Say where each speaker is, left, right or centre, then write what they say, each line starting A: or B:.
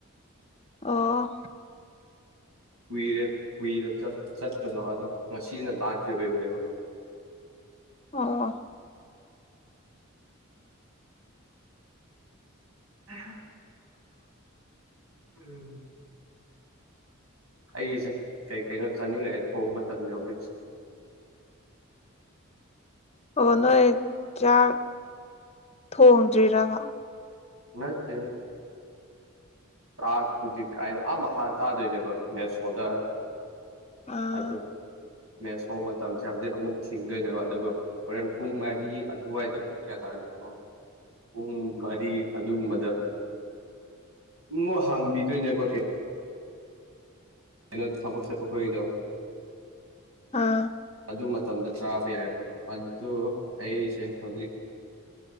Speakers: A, on the left; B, on the right.
A: ꯑꯣ
B: ꯀꯨꯏꯔꯦ ꯀꯨꯏꯔ ꯆꯠ ꯆꯠꯄꯗꯣ ꯑꯗꯣ ꯉꯁꯤꯅ ꯂꯥꯁ ꯗꯦ ꯑꯣꯏꯕꯅꯦꯕ
A: ꯑꫭ
B: ꯑꯍ ꯎꯝ ꯑꯩꯁꯦ ꯀꯩ ꯀꯩꯅꯣ ꯆꯥꯅꯤꯡꯉꯛꯑꯦ ꯊꯣꯡ ꯃꯇꯝꯅꯦ ꯍꯧꯖꯤꯛꯁꯦ
A: ꯑꯣ ꯅꯣꯏ ꯆꯥꯛ ꯊꯣꯡꯗ꯭ꯔꯤꯔꯕ
B: ꯅꯠꯇꯦ ꯅꯠ ꯆꯥꯛꯄꯨꯗꯤ ꯀꯥꯏꯅꯣ ꯑꯥ ꯃꯈꯥ ꯆꯥꯗꯣꯏꯅꯦꯀꯣ ꯃꯦꯁꯣꯜꯗ
A: ꯑꯥ
B: ꯑꯗꫭ ꯃꯦꯁꯐꯧ <unintelligible> ꯑꯃꯨꯛ ꯊꯤꯡꯗꯣꯏꯅꯦꯕ ꯑꯗꯨꯒ ꯍꯣꯔꯦꯟ ꯄꯨꯡ ꯃꯔꯤ ꯑꯗꯨꯋꯥꯏꯗ ꯄꯨꯡ ꯀꯌꯥ ꯇꯥꯔꯒꯦ ꯑꫭ ꯄꯨꯡ ꯃꯔꯤ ꯑꯗꯨꯒꯨꯝꯕꯗ ꯉꫭ ꯍꯪꯕꯤꯗꯣꯏꯅꯦꯒꫭꯇꯦ ꯑꯩꯅ ꯊꯕꯛ ꯆꯠꯄ ꯈꫭꯏꯗꯣ
A: ꯑ
B: ꯑꯗꯨ ꯃꯇꯝꯗ ꯆꯥꯕ ꯌꯥꯏꯕ ꯑꯗꫭ ꯑꯩꯁꯦ ꯍꯧꯖꯤꯛ